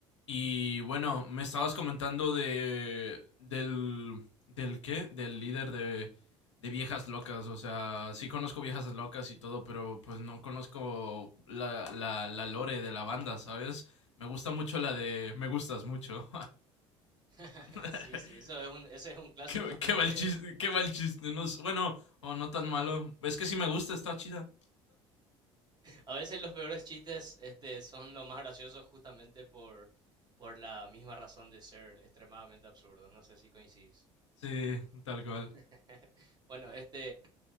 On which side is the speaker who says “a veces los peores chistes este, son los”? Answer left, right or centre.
Right